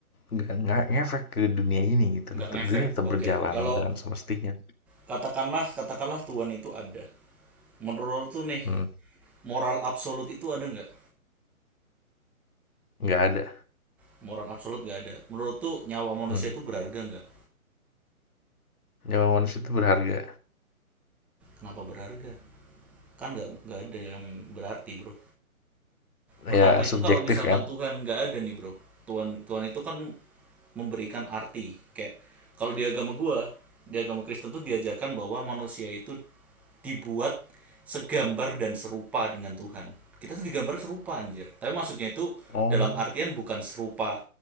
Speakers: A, on the left; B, in the centre.
A: nggak nggak ngefek ke dunia ini gitu
B: nggak
A: loh,
B: ngefek
A: dunia tetap
B: oke
A: berjalan
B: kalau
A: dengan semestinya,
B: katakanlah katakanlah Tuhan itu ada menurut tuh nih
A: mhm.
B: moral absolut itu ada nggak
A: Nggak ada,
B: moral absolut nggak ada menurut tuh nyawa manusia
A: mhm.
B: itu berharga nggak
A: Nyawa manusia itu berharga,
B: kenapa berharga kan nggak nggak ada yang berarti bro Pertama
A: ya subjektif
B: itu kalau misalkan
A: kan?
B: Tuhan nggak ada nih bro, Tuhan Tuhan itu kan memberikan arti. Kayak kalau di agama gua, di agama Kristen tuh diajarkan bahwa manusia itu dibuat segambar dan serupa dengan Tuhan. Kita tuh digambar serupa anjir. Tapi maksudnya itu
A: Oh,
B: dalam artian bukan serupa